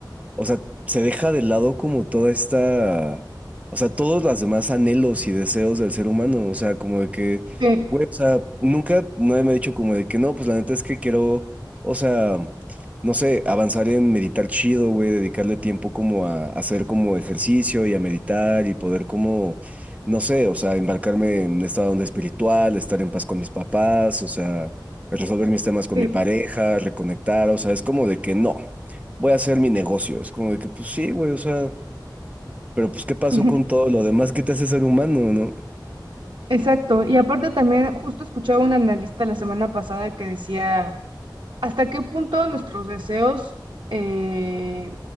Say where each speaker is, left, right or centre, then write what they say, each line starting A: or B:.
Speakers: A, on the right (about 20°); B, on the right (about 85°).
A: O sea, se deja de lado como toda esta, o sea, todos los demás anhelos y deseos del ser humano, o sea, como de que,
B: sí,
A: güey, o sea, nunca nadie me ha dicho como de que no, pues la neta es que quiero, o sea, no sé, avanzar en meditar chido, güey, dedicarle tiempo como a, a hacer como ejercicio y a meditar y poder como, no sé, o sea, embarcarme en esta onda espiritual, estar en paz con mis papás, o sea, resolver mis temas con
B: sí,
A: mi pareja, reconectar, o sea, es como de que no voy a hacer mi negocio. Es como de que, pues sí, güey, o sea, pero pues ¿qué pasó
B: ujú,
A: con todo lo demás que te hace ser humano, no?
B: exacto. Y aparte también justo escuchaba un analista la semana pasada que decía ¿Hasta qué punto nuestros deseos, eh,